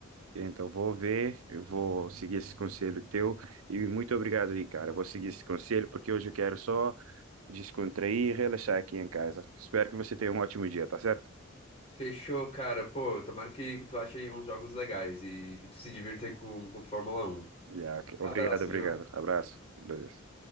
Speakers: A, on the right; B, on the left.
A: Então, vou ver, eu vou seguir esse conselho teu e muito obrigado aí, cara. Vou seguir esse conselho porque hoje eu quero só descontrair e relaxar aqui em casa. Espero que você tenha um ótimo dia, tá certo?
B: Fechou, cara. Pô, tomara que, que tu ache aí uns jogos legais e que tu se divirta aí com, com Fórmula Um
A: Yeah, ok. Obrigado,
B: Abraço,
A: obrigado.
B: viu?
A: Abraço. Beleza.